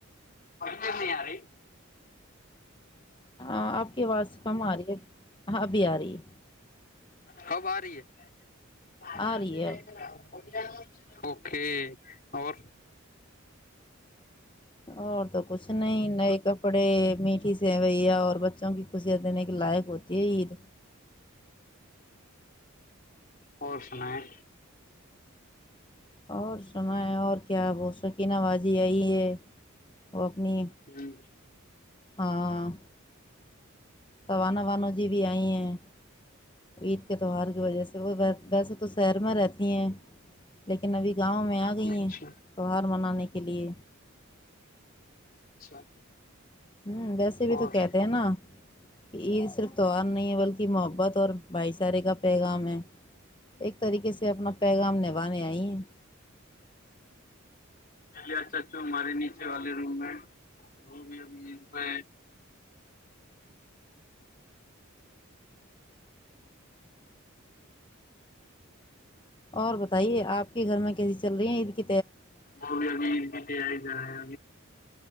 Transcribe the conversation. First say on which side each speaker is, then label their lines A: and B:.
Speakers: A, on the left; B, on the left.
A: ک نہیں یارے
B: ہاں آپ کی آواز کم آ رہی ہے ہاں ابھی آ رہی ہے
A: خب آ رہی ہے <unintelligible>
B: آ رہی ہے اب
A: اوکے اور
B: اور تو کچھ نہیں نئے کپڑے میٹھی س ہوئی ہے اور بچوں کی خوشیاں دینے کے لائق ہوتی ہے عید
A: اور سنائیں
B: اور سنا ہے اور کیا وہ شوقین بازی آئی ہے اور اپنی
A: ہ
B: ہاں سوانا وانو جی بھی آئی ہیں عید کے تہوار کی وجہ سے وہ ویسے تو سیر میں رہتی ہیں لیکن ابھی گاؤں میں آ گئی
A: اچھا
B: ہیں تو ہر منانے کے لیے
A: اچھا
B: ہوں ویسے بھی
A: اور
B: تو کہتے ہیں نا کہ ع صرف توار نہیں ہے بلکہ بہت اور بھائی سارے کا پیغ میں ایک طریقے سے اپنا پیغام نبھانے آئی ہیں
A: ج چچو ہمارے نیچے والے روم میں وہ بھی پہ
B: اور بتائیے آپ کے گھر میں کیسی چل رہی ہیں عید ک
A: گو بھی اب ت ت ہے رہ ہے